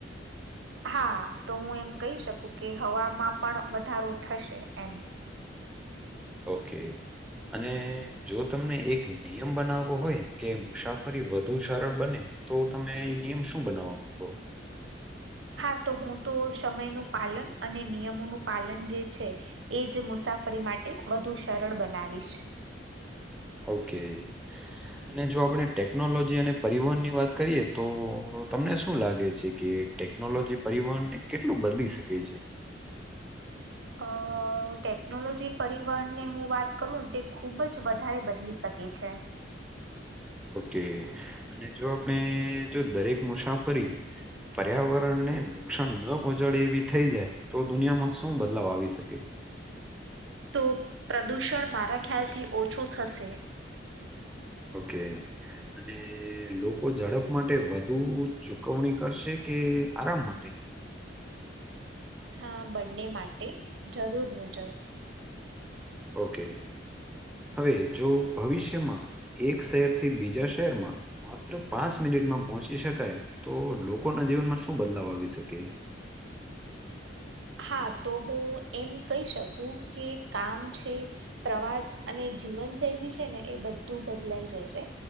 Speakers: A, on the right; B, in the centre.
A: હા તો હું એમ કહી શકું કે હવામાં પણ વધારો થશે એમ.
B: ઓકે. અને જો તમને એક નિયમ બનાવવો હોય કે મુસાફરી વધુ સરળ બને તો તમે નિયમ શું બનાવવા માંગો.
A: હા તો હું તો સમયનું પાલન અને નિયમોનું પાલન જે છે. એજ મુસાફરી માટે વધુ સરળ બનાવીશ.
B: ઓકે. અને જો આપણે ટેકનોલોજી અને પરિવહન ની વાત કરીએ તો તમને શું લાગે છે ટે ટેકનોલોજી પરિવહન ને કેટલું બદલી શકે છે.
A: અ ટેકનોલોજી પરિવહન ની હું વાત કરું ને તે ખૂબ જ વધારે બદલી શકે છે.
B: ઓકે અને જો આપણે જો દરેક મુસાફરી પર્યાવરણને નુકસાન ન પહોંચાડે એવી થઈ જાય તો દુનિયામાં શું બદલાવ આવી શકે.
A: તો પ્રદૂષણ મારા ખ્યાલથી ઓછું થશે.
B: ઓકે. અને લોકો ઝડપ માટે વધુ ચુકવણી કરશે કે આરામ માટે.
A: હા બંને માટે જરૂર મુજબ.
B: ઓકે હવે જો ભવિષ્યમાં એક શહેર થી બીજા શહેરમાં. માત્ર પાંચ મિનિટમાં પહોંચી શકાય તો લોકોના જીવનમાં શું બદલાવ આવી શકે <inaudible>
A: હા તો હું એમ કહી શકું કે કામ છે. પ્રવાસ અને જીવન શૈલી છે ને એ બધું બદલાઈ જશે.